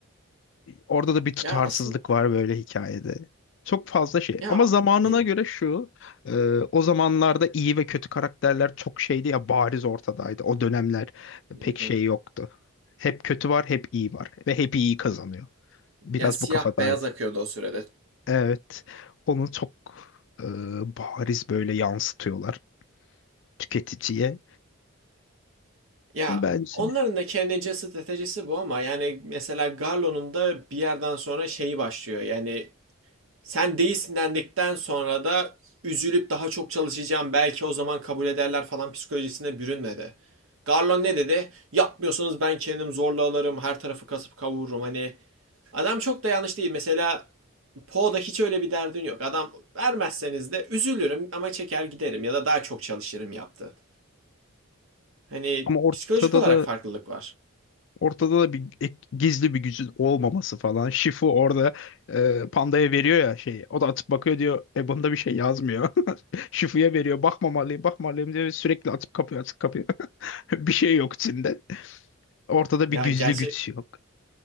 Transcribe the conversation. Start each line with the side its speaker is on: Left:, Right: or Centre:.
Left: Orada da bir tutarsızlık
Right: Ya aslında
Left: var böyle hikayede. Çok fazla şey.
Right: ya
Left: Ama zamanına
Right: ne?
Left: göre şu, e, o zamanlarda iyi ve kötü karakterler çok şeydi ya bariz ortadaydı. O dönemler
Right: <laughs>
Left: pek şey yoktu. Hep kötü var, hep iyi var ve hep iyi kazanıyor. Biraz
Right: Ya siyah
Left: bu kafadaydı.
Right: beyaz akıyordu o sürede.
Left: Evet, onu çok e, bariz böyle yansıtıyorlar tüketiciye.
Right: Ya
Left: Ama bence
Right: onların da kendince stratejisi bu ama yani mesela Garlo'nun da bir yerden sonra şeyi başlıyor. Yani sen değilsin dendikten sonra da üzülüp daha çok çalışacağım belki o zaman kabul ederler falan psikolojisine bürünmedi. Garlon ne dedi? Yapmıyorsanız ben kendim zorla alırım, her tarafı kasıp kavururum. Hani adam çok da yanlış değil. Mesela Poe'da hiç öyle bir derdin yok. Adam vermezseniz de üzülürüm ama çeker giderim ya da daha çok çalışırım yaptı. Hani
Left: ama ortada
Right: psikolojik olarak
Left: da
Right: farklılık var.
Left: Ortada da bir ek- gizli bir gücün olmaması falan. Shifu orada e, Panda'ya veriyor ya şeyi. O da atıp bakıyor diyor. E bunda bir şey yazmıyor. <laughs> Shifu'ya veriyor. Bakmamalıyım, bakmamalıyım diyor. ve Sürekli atıp kapıyor, atıp kapıyor. <laughs> Bir şey yok içinde. Ortada
Right: Ya
Left: bir gizli
Right: gerçek
Left: güç yok.